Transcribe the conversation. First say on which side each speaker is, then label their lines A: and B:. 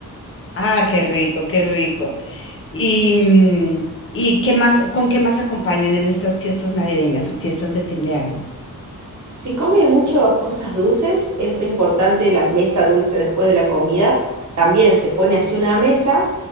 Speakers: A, on the left; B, on the right.
A: Ah, qué rico, qué rico. Y, mm, ¿y qué más, con qué más acompañan en estas fiestas navideñas o fiestas de fin de año?
B: Si come muchas cosas dulces, es re importante la mesa dulce después de la comida. También se pone así una mesa